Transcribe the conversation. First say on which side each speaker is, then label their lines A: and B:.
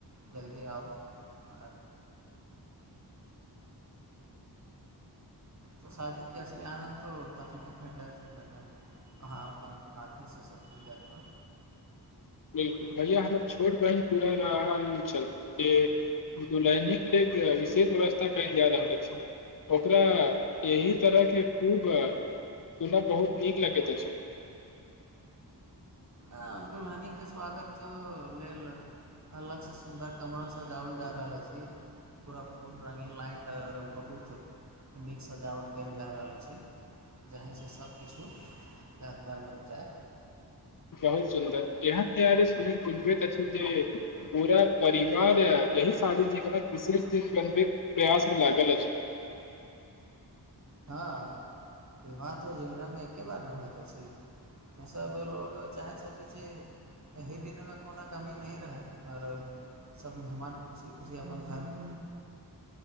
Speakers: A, on the right; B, on the left.
A: जल्दी आउ <unintelligible> तऽ शादी की असल आनन्द त तख नहि भेट अहाँ अपन अथीसँ सबकछु दए देबै
B: बिल्कुल भैया हमर छोट बहिन पूरा राह मे चलते दू लेने के ल लेलए विशेष व्यवस्था कहल जा रहल अछि ओकरा एहि तरह के खूब सुनय बहुत नीक लगैत अछि
A: अं दुलहनी के स्वागत लेल अलग से सुन्दर कमरा सजावल जा रहल अछि पूरा फूल रङ्गींग लाइट आर बहुत नीक सजावट कयल जा रहल अछि जाहिंस सभकिछु यादगार बनि जाय
B: बहुत सुन्दर यहाँ त्यारि सुनक बुझबैत अछि जें पूरा परिवार यही सारी जीवनक विशेषी बनबे प्रयास मे लागल अछि
A: हँ विवाह तो जीवनमे एके बार नहि होइतो अछि सभ लोको चाहै छथिन जे एहि दिनमे कोनो कमी नहिही रहै आओर सभ मेहमान खुशी खुशी अपन घर -